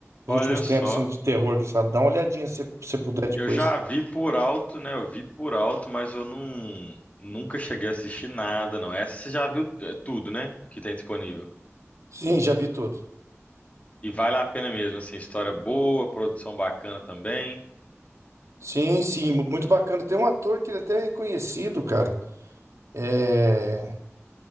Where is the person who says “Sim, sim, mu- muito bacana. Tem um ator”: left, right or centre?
Right